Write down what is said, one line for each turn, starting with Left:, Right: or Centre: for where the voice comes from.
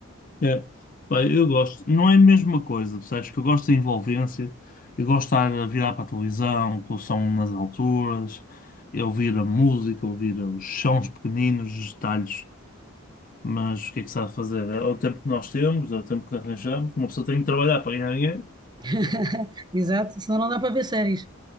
Left: É, pá, eu gosto, não é a mesma coisa, sabes que eu gosto da envolvência, eu gosto de estar a virar para a televisão, com o som nas alturas, eu ouvir a música, ouvir os sons pequeninos, os detalhes, mas o que é que se há de fazer? É o tempo que nós temos, é o tempo que arranjamos, uma pessoa tem que trabalhar para ganhar dinheiro.
Right: <laughs> Exato, senão não dá para ver séries.